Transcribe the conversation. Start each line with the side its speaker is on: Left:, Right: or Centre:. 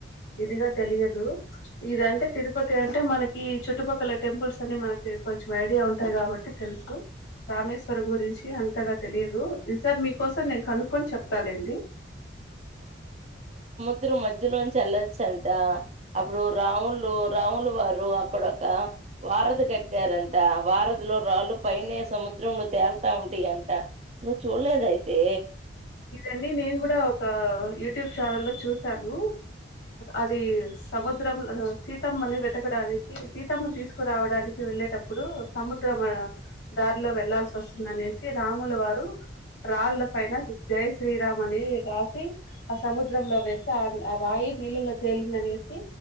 Left: ఇదిగా తెలియదు ఇదంటే తిరుపతి అంటే మనకి చుట్టుపక్కల టెంపుల్స్ అన్ని మనకి కొంచెం ఐడియా ఉంటాయి కాబట్టి తెలుసు రామేశ్వరం గురించి అంతగా తెలియదు ఈ సారి మీకోసం నేను కనుక్కొని చెప్తాలేండి
Right: సముద్ర మధ్యలోంచి వెల్లొచ్చంట అప్పుడు రాముళ్ళు రాములు వారు అక్కడ ఒక వారధి కట్టారంట వారధిలో రాళ్ళు పైనే సముద్రంలో తేలుతా ఉంటాయ అంట నువ్వు చూడలేద అయితే
Left: ఇవన్నీ నేను కూడా ఒక యూట్యూబ్ ఛానల్ లో చూశాను అది సముద్రం సీతమ్మను వెతకడానికి సీతమ్మ తీసుకురావడానికి వెళ్ళేటప్పుడు సముద్రం దారిలో వెళ్లాల్సి వస్తుందనేసి రాముల వారు రాళ్ళ పైన జయ్ శ్రీరామ్ అని రాసి ఆ సముద్రంలో వేసి ఆ ఆ రాయి నీళ్ళలో తేలిందనేసి